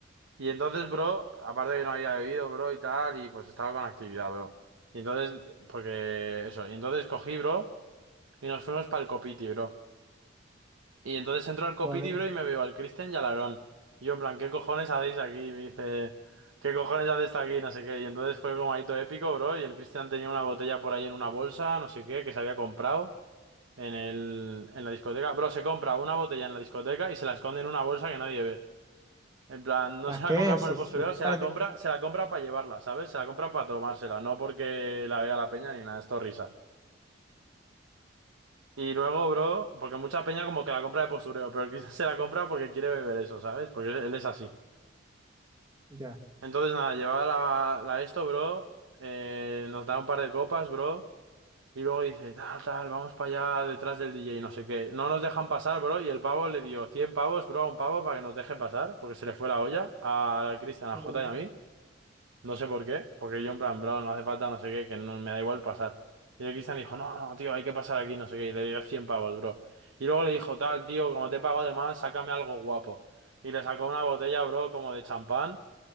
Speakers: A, on the right (about 85°); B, on the right (about 20°).
A: Y entonces, bro, aparte de que no había bebido, bro, y tal, y pues estaba con actividad, bro. Y entonces, porque eso, y entonces cogí, bro, y nos fuimos para el Copiti, bro. Y entonces entro al Copiti,
B: joder,
A: bro, y me veo al Cristian y al Aarón. Y yo, en plan, ¿qué cojones hacéis aquí? Y me dice, ¿qué cojones haces aquí? No sé qué. Y entonces fue como ahí todo épico, bro, y el Cristian tenía una botella por ahí en una bolsa, no sé qué, que se había comprado en el, en la discoteca. Bro, se compra una botella en la discoteca y se la esconde en una bolsa que nadie ve. En plan, no
B: ¿a
A: se
B: qué?
A: la compra
B: Sí,
A: por el
B: sí,
A: postureo,
B: es que
A: se
B: parece,
A: la compra, se la compra para llevarla, ¿sabes? Se la compra para tomársela, no porque la vea la peña ni nada, esto risa. Y luego, bro, porque mucha peña como que la compra de postureo, pero quizás <laughs> se la compra porque quiere beber eso, ¿sabes? Porque él es así.
B: ya,
A: Entonces, nada, llevaba la, la esto, bro, eh, nos da un par de copas, bro, y luego dice, tal, tal, vamos para allá detrás del DJ, no sé qué. No nos dejan pasar, bro, y el pavo le dio 100 pavos, bro, a un pavo para que nos deje pasar, porque se le fue la olla a Cristian, a
B: joder,
A: Jota y a mí. No sé por qué, porque yo en plan, bro, no hace falta, no sé qué, que no me da igual pasar. Y el Cristian dijo, no, no, no, tío, hay que pasar aquí, no sé qué, y le dio 100 pavos, bro. Y luego le dijo, tal, tío, como te pago de más, sácame algo guapo. Y le sacó una botella, bro, como de champán,